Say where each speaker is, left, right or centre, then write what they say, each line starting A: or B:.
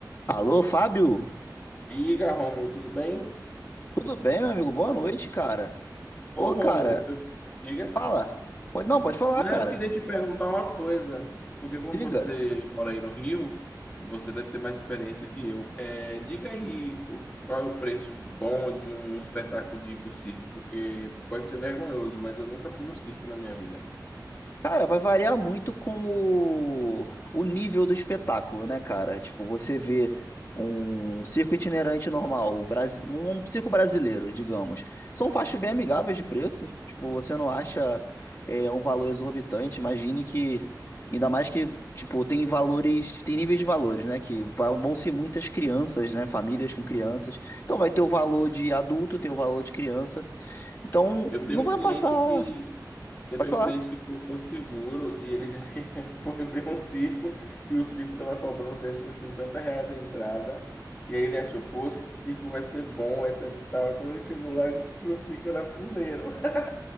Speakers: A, on the left; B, on the left.
A: Alô, Fábio?
B: Diga, Rômulo, tudo bem?
A: Tudo bem, meu amigo? Boa noite, cara.
B: Ô,
A: Pô,
B: Rômulo,
A: cara,
B: eu- diga.
A: fala. Pode, não, pode falar,
B: Não,
A: cara.
B: eu queria te perguntar uma coisa, porque como
A: Diga.
B: você mora aí no Rio, você deve ter mais experiência que eu. É, diga aí o- qual é o preço bom de um espetáculo de ir pro circo, porque pode ser vergonhoso, mas eu nunca fui no circo na minha vida.
A: Cara, vai variar muito com o, o nível do espetáculo, né, cara? Tipo, você vê um circo itinerante normal, o Brasi- um circo brasileiro, digamos. São faixas bem amigáveis de preço. Tipo, você não acha é, um valor exorbitante. Imagine que, ainda mais que, tipo, tem valores, tem níveis de valores, né? Que vai- vão ser muitas crianças, né? Famílias com crianças. Então vai ter o valor de adulto, tem o valor de criança. Então,
B: Eu tenho
A: não
B: um
A: vai
B: cliente
A: passar.
B: que Eu
A: Pode
B: tenho
A: falar.
B: um cliente que foi em Porto Seguro e ele disse que <laughs> foi ver um circo e o circo estava cobrando, não sei, acho que foi 50 reais a entrada. E aí ele achou, poxa, esse circo vai ser bom, etc e tal. E quando ele chegou lá, ele disse que o circo era fuleiro. <laughs>